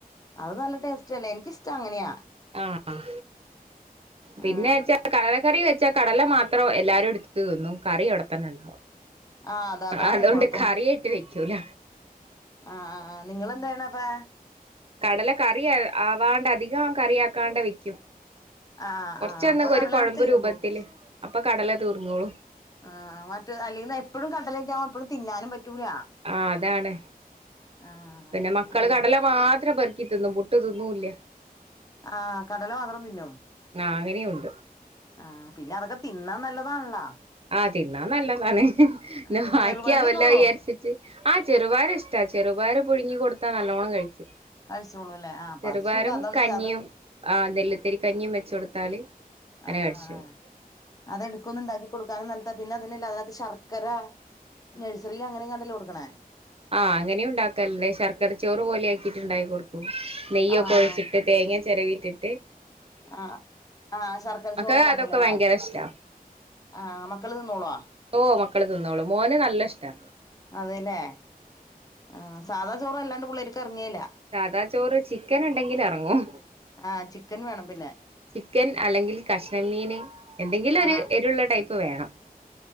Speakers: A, on the left; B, on the right.
A: അത് നല്ല ടേസ്റ്റ് അല്ലേ എനിക്കിഷ്ടം അങ്ങനെയാ
B: ആഹ് ആഹ് പിന്നെന്നു
A: ആ
B: വെച്ചാ കടലക്കറി വെച് ച്ചാ കടല മാത്രം എല്ലാവരും എടുത്തുട്ട് തിന്നും കറി അവിടെ തന്നെ ഉണ്ടാവും.
A: ആ അത അതാണ്
B: അതുകൊണ്ട്
A: കൊഴപ്പം
B: കറി ആയിട്ട് വെക്കൂല.
A: ആഹ് ആഹ് ആഹ് നിങ്ങളെന്താ ചെയ്യ്ണ പ്പോ?
B: കടല കറി ആവാണ്ട് അധികം കറി ആക്കാണ്ട് വെക്കും.
A: ആഹ്
B: കൊറച്ചൊന്ന്
A: ആഹ് അപ്പൊ കടല
B: ഒരു കൊഴമ്പ്
A: അങ്ങട് തീർന്നോളും
B: രൂപത്തില് അപ്പൊ കടല തീർന്നോളും
A: ആഹ് മറ്റെത് അല്ലിന്നെപ്പഴും കടലക്കെ ആകുമ്പൊ എപ്പഴും തിന്നാനും പറ്റൂല
B: ആഹ് അതാണ്
A: ആ
B: പിന്നെ മക്കള്
A: അങ്ങനെ
B: കടല മാത്രം പെറുക്കി തിന്നും പുട്ട് തിന്നൂല്ല.
A: ആഹ് കടല മാത്രം തിന്നും.
B: ആ അങ്ങനെയുണ്ട്
A: ആഹ് പിന്നെ അതൊക്കെ തിന്നാൻ നല്ലതാണല്ലോ.
B: ആഹ് തിന്നാൻ നല്ലതാണ് പിന്ന
A: ആ
B: ബാക്കിയാവല്ലൊ
A: ചെറുപയറ് തിന്നോളോ
B: വിചാരിച്ച് റ്റ് ആഹ് ചെറുപയറ് ഇഷ്ടാ ചെറുപയറ് പുഴുങ്ങി കൊടുത്താ നല്ലോണം കഴിക്കും.
A: കഴിച്ചോളൂ അല്ലേ ആ അപ്പൊ
B: ചെറുപയറും
A: അത് സുഖം അതാന്ന്
B: കഞ്ഞിയും
A: വെച്ചാ അത്
B: ആഹ് നെല്ലുത്തരി കഞ്ഞിയും വെച്ചു കൊടുത്താല് അങ്ങനെ
A: ആഹ്
B: കഴിച്ചോളും
A: ആഹ് ആഹ് അതെടക്കൊന്നും ഉണ്ടാക്കി കൊടുക്കാനും നല്ലതാ പിന്നെ അത് തന്നെല്ല അതിനകത്ത് ശർക്കര നഴ്സറിയിൽ അങ്ങനെയെ ങ്ങാണ്ടല്ലോ കൊടുക്കണേ.
B: ആഹ് അങ്ങനെയും ഉണ്ടാക്കൽ ണ്ട്. ശർക്കരച്ചോറ് പോലെ ആക്കിട്ട് ഉണ്ടാക്കി കൊടുക്കും നെയ്യൊക്കെ
A: ആഹ്
B: ഒഴിച്ചിട്ട് തേങ്ങ ചെരവിട്ടിട്ട്
A: ആഹ് ആഹ് ശർക്കര
B: മക്കക്ക്
A: ചോറ് ഉണ്ടാക്കലല്ലേ
B: അതൊക്കെ ഭയങ്കര ഇഷ്ടാ
A: ആഹ് മക്കള് തിന്നോളോ?
B: ഓഹ് മക്കള് തിന്നോളും മോന് നല്ല ഇഷ്ടാ
A: അതെല്ലേ ആഹ് സാദാ ചോറ് അല്ലാണ്ട് പുള്ളേർക്ക് എറങ്ങേല
B: സാദാ ചോറ് ചിക്കന്ണ്ടെങ്കിലെ റങ്ങും
A: ആഹ് ചിക്കൻ വേണം പിന്നെ
B: ചിക്കൻ അല്ലെങ്കിൽ കഷ്ണം മീന് എന്തെങ്കിലും ഒരു
A: ആഹ്
B: എരുള്ള ടൈപ്പ് വേണം.